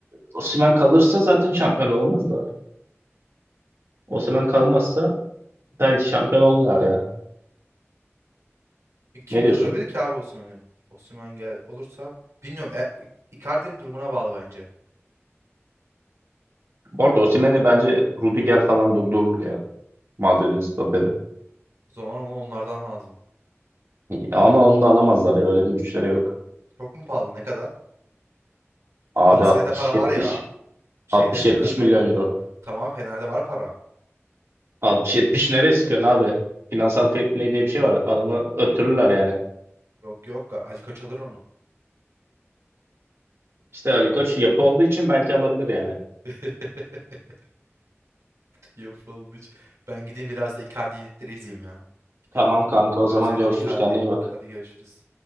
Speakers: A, on the right; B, on the right.
A: Osimhen kalırsa zaten şampiyon olamaz da. Osimhen kalmazsa belki şampiyon olurlar ya.
B: E, Kim
A: Ne diyorsun?
B: durdurabilir ki abi Osimhen'i? Osimhen gel olursa bilmiyorum. E, Icardi'nin durumuna bağlı bence.
A: Bu arada Osimhen'i bence Rudiger falan durdurur ya. Madrid'in stoperi.
B: O zaman ona onlardan lazım.
A: Ama
B: Ya,
A: onu da alamazlar ya. Öyle bir güçleri yok.
B: çok mu pahalı? Ne kadar?
A: Abi
B: Galatasaray'da
A: 60-70
B: para var ya. Şeyde
A: 60-70
B: Fener'de.
A: milyon euro.
B: Tamam Fener'de var para.
A: 60-70 nereye sıkıyorsun abi? Finansal fair play diye bir şey var. Adamı öttürürler yani.
B: Yok yok Ali Koç alır onu.
A: İşte Ali Koç yapı olduğu için belki alabilir yani.
B: <laughs> Yapıldı. hiç. Ben gideyim biraz da Icardi'leri izleyeyim ya. Gidiyorum.
A: Tamam kanka
B: Özledim
A: o zaman görüşürüz.
B: Icardi'yi.
A: Kendine iyi bak.
B: Hadi görüşürüz.